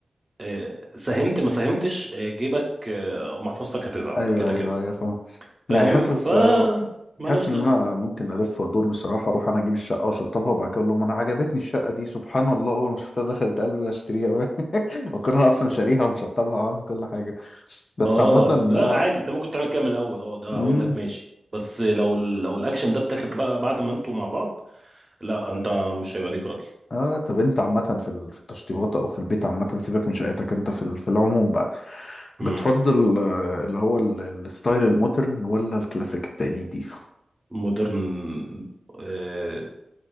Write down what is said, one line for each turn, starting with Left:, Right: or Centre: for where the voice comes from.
Right: آه، ساهمت ما ساهمتش آه، جيبك آه، او محفظتك هتزعل
Left: ايوه
Right: كده
Left: ايوه
Right: كده
Left: ايوه فاهم
Right: فاهم
Left: يعني حاسس
Right: ف
Left: آه،
Right: ملهاش
Left: حاسس ان
Right: لازمه
Left: انا ممكن الف وادور بصراحه اروح انا اجيب الشقه واشطبها وبعد كده اقول لهم انا عجبتني الشقه دي سبحان الله اول ما شفتها دخلت قلبي واشتريها <laughs> وكنا انا اصلا شاريها ومشطبها وعامل كل حاجه بس
Right: اه
Left: عامه
Right: لا
Left: اه
Right: عادي انت ممكن تعمل كده من الاول اه ده
Left: امم
Right: هقول لك ماشي بس لو ال- لو الاكشن ده اتاخد بقى بعد ما انتوا مع بعض لا انت مش هيبقى ليك راي
Left: اه طب انت عامه في ال- في التشطيبات او في البيت عامه سيبك من شقتك انت في ال- في العموم بقى بتفضل
Right: امم
Left: آه، اللي هو ال- الستايل المودرن ولا الكلاسيك التقليدي
Right: مودرن آه،